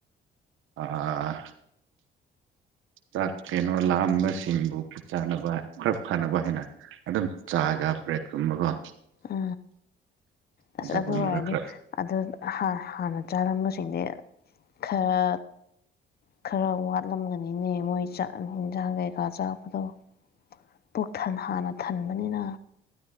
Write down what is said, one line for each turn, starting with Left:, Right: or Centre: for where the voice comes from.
Right: ꯑꯥ ꯆꯥꯛ ꯀꯩꯅꯣ ꯂꯥꯝꯕꯁꯤꯡꯕꯨ ꯈꯨꯠ ꯆꯥꯅꯕ ꯈꯔ ꯐꯅꯕ ꯍꯥꯏꯅ ꯑꯗꯨꯝ ꯆꯥꯒ ꯕ꯭ꯔꯦꯗꯀꯨꯝꯕꯀꯣ
Left: ꯑ ꯑꯁ
Right: ꯑꯗꯨꯒꯨꯝꯕꯗ
Left: ꯑꯗꯨ ꯑꯣꯏꯔꯗꯤ
Right: ꯈꯔ
Left: ꯑꯗꯨ ꯍꯥ ꯍꯥꯟꯅ ꯆꯥꯔꯝꯕꯁꯤꯡꯗꯤ ꯈꯔ ꯈꯔ ꯋꯥꯠꯂꯝꯒꯅꯤꯅꯦ ꯃꯣꯏ ꯆꯥꯛ ꯍꯤꯟꯖꯥꯡ ꯀꯩꯀꯥ ꯆꯥꯕꯗꯣ ꯄꯨꯛꯊꯟ ꯍꯥꯟꯅ ꯊꯟꯕꯅꯤꯅ